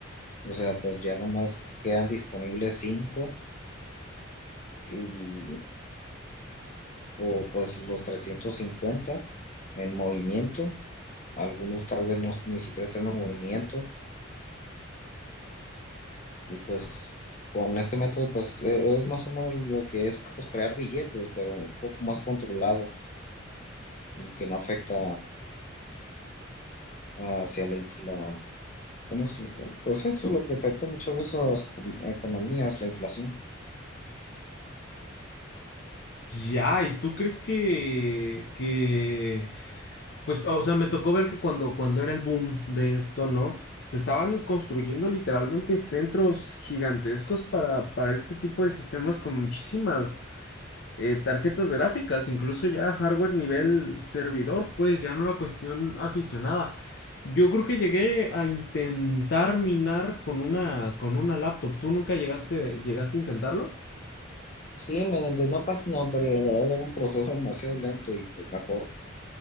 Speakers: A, on the left (about 40°); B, on the left (about 60°).
A: O sea, pues ya nomás quedan disponibles cinco y o pues los 350 en movimiento. Algunos tal vez no, ni siquiera están en movimiento y pues con este método pues e- es más o menos lo que es pues crear billetes, pero un poco más controlado y que no afecta hacia la infla, ¿cómo se llama? Pues eso es lo que afecta muchas veces a las econ- economías, la inflación.
B: Ya, ¿y tú crees que, que, pues, o sea, me tocó ver que cuando, cuando era el boom de esto, ¿no? Se estaban construyendo literalmente centros gigantescos para, para este tipo de sistemas con muchísimas eh, tarjetas gráficas, incluso ya hardware nivel servidor, pues ya no era cuestión aficionada. Yo creo que llegué a intentar minar con una, con una laptop. ¿Tú nunca llegaste, llegaste a intentarlo?
A: Sí, me de una página, pero la verdad era un proceso demasiado lento y pues mejor